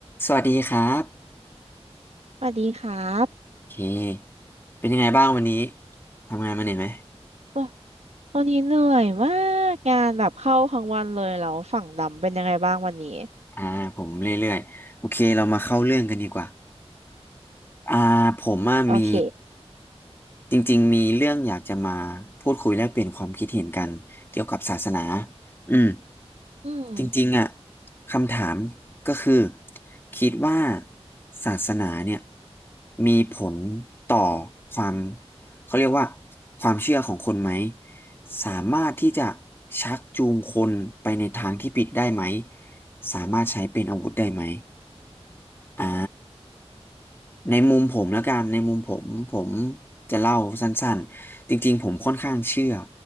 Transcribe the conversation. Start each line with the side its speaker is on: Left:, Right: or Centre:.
Left: สวัสดีครับ
Right: สวัสดีครับ
Left: โอเคเป็นยังไงบ้างวันนี้ทำงานมาเหนื่อยไหม
Right: วะวันนี้เหนื่อยมากงานแบบเข้าทั้งวันเลยแล้วฝั่งดำเป็นยังไงบ้างวันนี้
Left: อ่าผมเรื่อยๆโอเคเรามาเข้าเรื่องกันดีกว่า อ่าผมว่ามี
Right: โอเค
Left: จริงๆมีเรื่องอยากจะมาพูดคุยแลกเปลี่ยนความคิดเห็นกันเกี่ยวกับศาสนาอืม
Right: อืม
Left: จริงๆอ่ะคำถามก็คือคิดว่าศาสนาเนี่ยมีผลต่อความเขาเรียกว่าความเชื่อของคนไหมสามารถที่จะชักจูงคนไปในทางที่ผิดได้ไหมสามารถใช้เป็นอาวุธได้ไหม อ่าในมุมผมแล้วกันในมุมผมผมจะเล่าสั้นๆจริงๆผมค่อนข้างเชื่อ